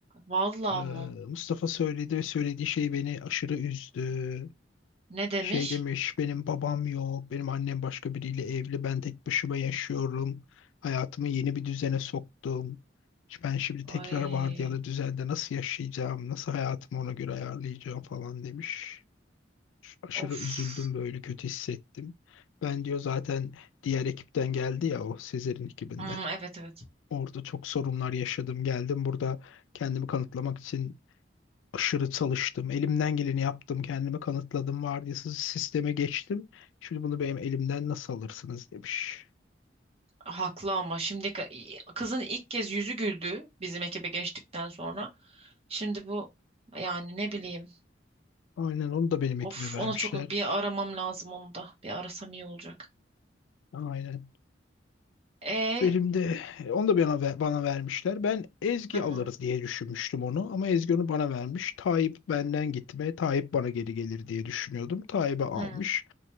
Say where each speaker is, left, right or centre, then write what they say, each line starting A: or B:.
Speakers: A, on the right; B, on the left.
A: Vallahi
B: Ee,
A: mı?
B: Mustafa söyledi ve söylediği şey beni aşırı üzdü.
A: Ne demiş?
B: Şey demiş benim babam yok, benim annem başka biriyle evli, ben tek başıma yaşıyorum. Hayatımı yeni bir düzene soktum. Ben şimdi
A: Ay
B: tekrar vardiyalı düzende nasıl yaşayacağım, nasıl hayatımı ona göre ayarlayacağım falan demiş. aşırı
A: of.
B: üzüldüm böyle kötü hissettim. Ben diyor zaten diğer ekipten geldi ya o Sezer'in ekibinden.
A: Hmm, evet evet.
B: Orada çok sorunlar yaşadım. Geldim burada kendimi kanıtlamak için aşırı çalıştım. Elimden geleni yaptım. Kendimi kanıtladım. Vardiyasız sisteme geçtim. Şimdi bunu benim elimden nasıl alırsınız demiş.
A: Haklı ama şimdi ka- kızın ilk kez yüzü güldü bizim ekibe geçtikten sonra. Şimdi bu yani ne bileyim.
B: Aynen onu da benim ekibe
A: Of
B: vermişler.
A: ona çok bir aramam lazım onu da. Bir arasam iyi olacak.
B: Aynen.
A: E
B: Benim de onu da bana, bana vermişler. Ben Ezgi
A: tamam.
B: alırız diye düşünmüştüm onu ama Ezgi onu bana vermiş. Tayyip benden gitme, Tayyip bana geri gelir diye düşünüyordum. Tayyip'i almış.
A: Hı.